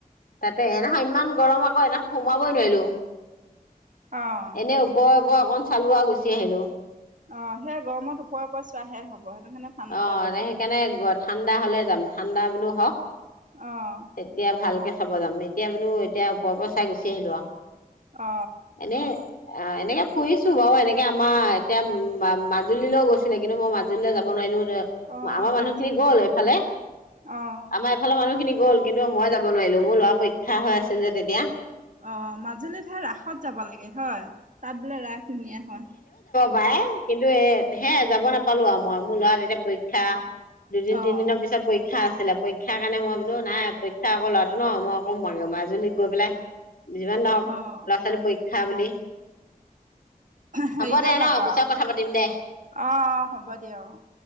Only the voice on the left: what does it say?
তাতে সেইদিনাখন ইমান গৰম আকৌ সেইদিনাখন সোমাবই নোৱাৰিলো
এনে ওপৰত মই অকন চালো আৰু গুচি আহিলো
অ
সেইকাৰণে ঠাণ্ডা হলে যাম ঠাণ্ডা বুলিও হওক
তেতিয়া ভালকে চাব যাম এতিয়া বোলো এতিয়া ওপৰৰ পৰা চাই গুচি আহিলো আৰু
এনে অ এনেকে ফুৰিছো বাৰু এনেকে আমাৰ এতিয়া মা মাজুলীলৈও গৈছিলে কিন্তু মই মাজুলীলৈ যাব বনাই লো
আমাৰ মানুহ
খিনি গ'ল এইফালে
আমাৰ এইফালে মানুহ খিনি গ'ল কিন্তু মই যাব নোৱাৰিলো মোৰ ল'ৰা পৰীক্ষা হৈ আছিল যে তেতিয়া
পাই কিন্তু এ হে যাব নাপালো আৰু মই মোৰ ল'ৰা তেতিয়া পৰীক্ষা দুদিন
তিনিদিনৰ পিছত পৰীক্ষা আছে আছিলে পৰীক্ষাৰ কাৰণে মই বোলো নাই পৰীক্ষা আকৌ ল'ৰাটো ন মই আকৌ মাজুলীত গৈ পেলাই যিমান নহওক
ল'ৰা ছোৱালী পৰীক্ষা পৰীক্ষা বুলি
হ'ব দে
ন পিছত
কথা পাতিম দে